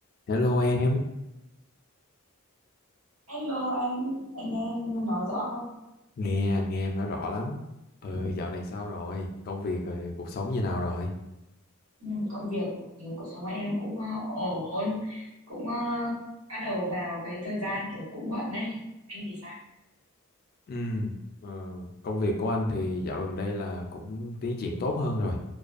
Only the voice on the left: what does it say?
Hello em,
nghe anh nghe em nói rõ lắm. Ừ. Ừ, dạo này sao rồi? Công việc rồi, cuộc sống như nào rồi?
Ừ, ờ, công việc của anh thì dạo gần đây là cũng tiến triển tốt hơn rồi.